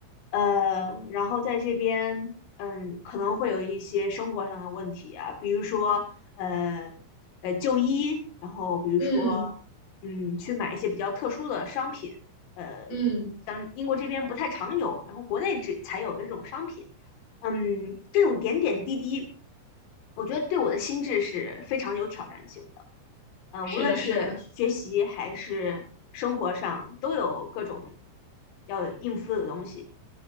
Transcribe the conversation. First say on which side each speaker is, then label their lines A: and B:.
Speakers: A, on the left; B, on the left.
A: 呃，然后在这边，嗯，可能会有一些生活上的问题啊，比如说，呃，呃，就医，然后比如说，
B: 嗯
A: 嗯，去买一些比较特殊的商品，呃，
B: 嗯，
A: 像英国这边不太常有，然后国内只才有的这种商品，嗯，这种点点滴滴，我觉得对我的心智是非常有挑战性的。呃，
B: 是的，
A: 无论是学习还是生活上，
B: 是的，
A: 都有各种要应付的东西。